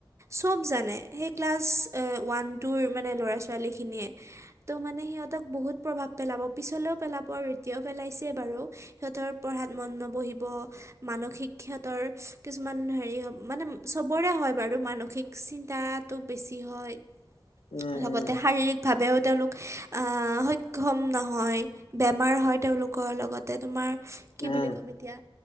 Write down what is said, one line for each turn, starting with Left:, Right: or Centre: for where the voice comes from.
Right: চব জানে সেই ক্লাছ এ ওৱান টুৰ মানে ল'ৰা ছোৱালীখিনিয়ে ত' মানে সিহঁতক বহুত প্ৰভাৱ পেলাব পিছলৈও পেলাব আৰু এতিয়াও পেলাইছে বাৰু। সিহঁতৰ পঢ়াত মন নবহিব। মানসিক সিহতৰ কিছুমান হেৰি মানে চবৰে হয় বাৰু মানসিক। চিন্তাটো বেছি হয়
Left: উম
Right: <inaudible>
Left: উম
Right: শাৰীৰিক। ভাৱেও তেওঁলোক আ সক্ষম নহয়। বেমাৰ হয় তেওঁলোকৰ লগতে তোমাৰ কি
Left: উম
Right: বুলি ক'ম এতিয়া